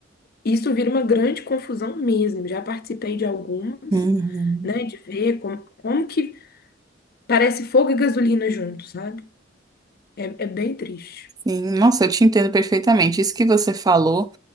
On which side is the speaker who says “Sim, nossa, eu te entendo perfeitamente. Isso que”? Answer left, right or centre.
Right